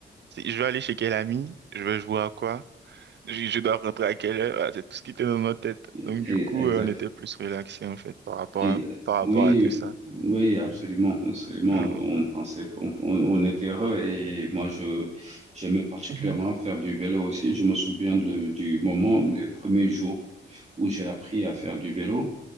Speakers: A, on the right (about 60°); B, on the right (about 35°).
A: c'est- je vais aller chez quel ami, je vais jouer à quoi, je, je dois rentrer à quelle heure, Voilà, c'est tout ce qui était dans notre tête.
B: Et-
A: Donc, du coup,
B: Exact.
A: euh, on était plus relaxés, en fait, par rapport
B: Ex-
A: à, par rapport
B: Oui,
A: à tout ça.
B: oui, absolument, absolument.
A: Non.
B: On pensait, on, on- on était heureux et moi, je, j'aimais particulièrement
A: Mhm.
B: faire du vélo aussi. Je me souviens de- du moment où les premiers jours où j'ai appris à faire du vélo.